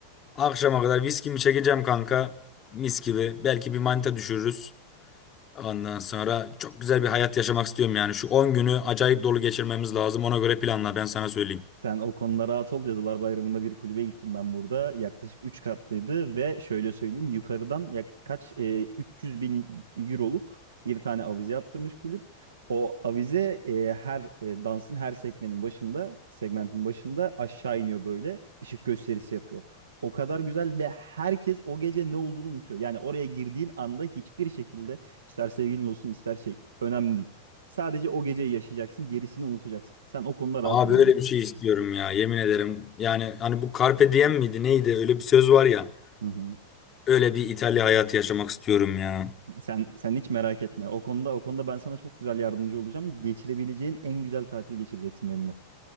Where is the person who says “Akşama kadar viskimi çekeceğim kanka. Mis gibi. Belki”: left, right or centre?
Left